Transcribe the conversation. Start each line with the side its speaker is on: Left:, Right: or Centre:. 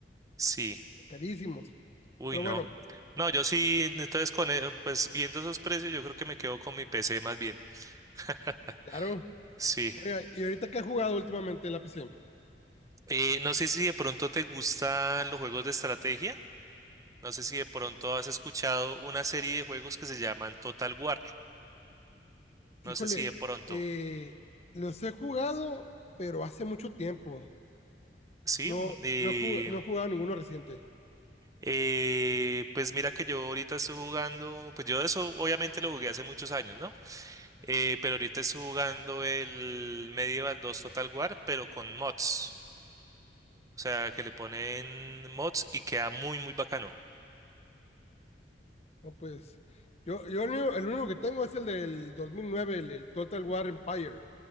Right: Sí.
Left: carísimos.
Right: Uy,
Left: Pero
Right: no.
Left: bueno,
Right: No, yo sí, entonces con, e- pues viendo esos precios, yo creo que me quedo con mi PC más bien. <laughs>
Left: claro.
Right: Sí.
Left: Oiga, ¿y ahorita qué he jugado últimamente en la PC?
Right: Eh, no sé si de pronto te gustan los juegos de estrategia. No sé si de pronto has escuchado una serie de juegos que se llaman Total War. No
Left: Híjole,
Right: sé si de pronto.
Left: eh, los he jugado, pero hace mucho tiempo.
Right: Sí.
Left: No,
Right: mm, eh,
Left: no, he jug- no he jugado ninguno reciente.
Right: eh, pues mira que yo ahorita estoy jugando, pues yo eso obviamente lo jugué hace muchos años, ¿no? Eh, pero ahorita estoy jugando el Medieval 2 Total War, pero con mods. O sea, que le ponen mods y queda muy, muy bacano.
Left: No, pues, yo, yo el único, el único que tengo es el del 2009, el, el Total War Empire.